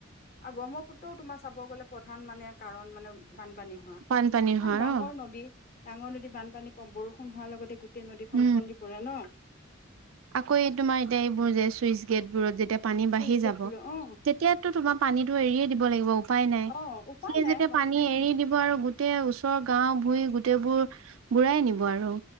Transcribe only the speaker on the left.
আৰু ব্ৰহ্মপুত্ৰও তোমাৰ চাব গ'লে প্ৰধান মানে কাৰণ মানে বানপানী হোৱা
কাৰণ
ডাঙৰ
নদী ডাঙৰ নদীত বানপানী প বৰষুণ হোৱাৰ লগতে গো টেই নদীখন
ওফন্দি পৰে ন
চুইচ
গেট
বোলে
অ
অ উপায়
নাই